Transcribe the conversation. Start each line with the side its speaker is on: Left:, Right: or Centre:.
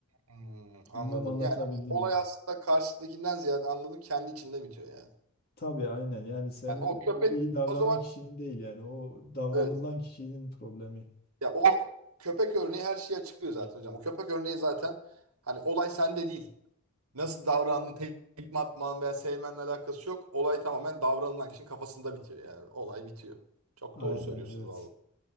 Right: hmm, anladım.
Left: Bilmem anlatabildim
Right: Yani olay
Left: mi?
Right: aslında karşıdakinden ziyade anladım kendi içinde bitiyor yani.
Left: Tabii aynen yani senin
Right: Yani o köpek
Left: o iyi davranan
Right: o zaman
Left: kişinin değil yani o davranılan
Right: evet.
Left: kişinin problemi.
Right: Ya o köpek örneği her şeyi açıklıyor zaten hocam. O köpek örneği zaten hani olay sende değil. nasıl davrandın, tekme atman veya sevmenle alakası yok. Olay tamamen davranılan kişinin kafasında bitiyor yani. Olay bitiyor. Çok
Left: Aynen
Right: doğru söylüyorsunuz
Left: evet.
Right: valla.